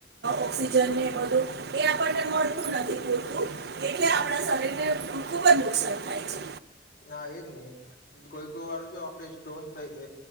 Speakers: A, on the right; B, on the left.
A: ઓક્સજન બધું એ આપણને મળતું નથી, પૂરતું એટલે આપણા શરીરને ખુબ જ નુકસાન થાય છે.
B: હા એજ નહી કોઈકઈ વાર જો આપડે સ્ટોન થ